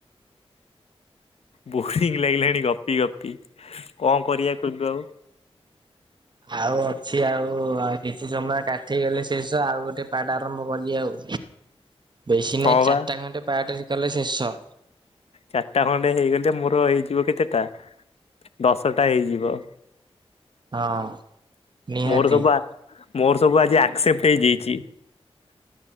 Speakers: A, on the left; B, on the right.
A: ବୋରିଙ୍ଗ ଲାଗିଲାଣି ଗପି ଗପି କଣ କରିବା କହିଲୁ ଆଉ
B: ଆଉ ଅଛି ଆଉ ଆଉ କିଛି ସମୟ କାଠେଇଗଲେ ଶେଷ ଆଉ ଗୋଟେ ପାର୍ଟ ଆରମ୍ଭ କରିବି ଆଉ ବେଶୀ ନାଇଁ
A: ହଁ ବା
B: ଚାରିଟା ଖଣ୍ଡେ ପାର୍ଟ ହେଇ ଗଲେ ଶେଷ
A: ଚାରିଟା ଖଣ୍ଡେ ହେଇଗଲେ ମୋର ହେଇଯିବ କେତେଟା ଦଶଟା ହେଇଯିବ
B: ହଁ ନିହାତି।
A: ମୋର ସବୁ ଆ ମୋର ସବୁ ଆଜି ଆକ୍ସେପ୍ଟ ହେଇଯାଇଛି